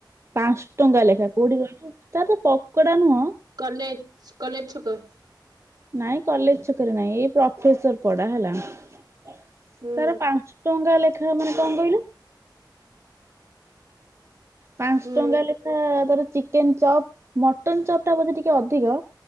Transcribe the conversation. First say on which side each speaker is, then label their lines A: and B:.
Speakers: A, on the right (about 35°); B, on the right (about 55°).
A: ପାଞ୍ଚ ଟଙ୍କା ଲେଖା କୋଉଠି କହିଲୁ ତାର ତ ପକୋଡା ନୁହଁ
B: କଲେଜ କଲେଜ ଛକ।
A: ନାଇଁ କଲେଜ ଛକରେ ନାଇଁ ଏଇ ପ୍ରଫେସର ପଡା ହେଲା ତାର
B: ହୁଁ
A: ପାଞ୍ଚ ଟଙ୍କା ଲେଖା ମାନେ କଣ କହିଲୁ ପାଞ୍ଚ
B: ହୁଁ
A: ଟଙ୍କା ଲେଖା ତାର ଚିକେନ ଚପ୍ ମଟନ ଚପ୍ ଟା ବୋଧେ ଟିକେ ଅଧିକ।